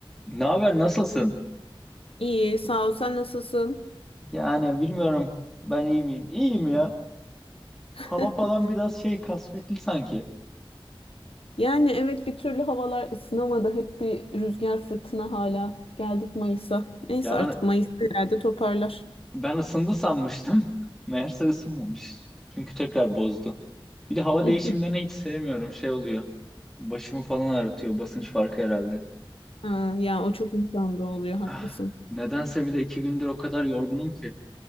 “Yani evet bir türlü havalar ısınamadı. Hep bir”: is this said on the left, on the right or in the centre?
Left